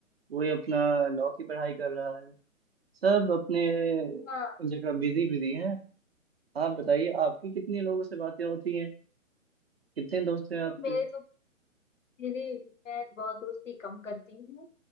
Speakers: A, on the right; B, on the left.
A: कोई अपना लॉ की पढ़ाई कर रहा है सब अपने
B: हाँ
A: जगह बिजी बिजी हैं आप बताइए आपकी कितने लोगों से बातें होती हैं कितने दोस्त हैं आपके
B: तो मेरे तो मेरी मैं बहुत दोस्ती कम करती हूँ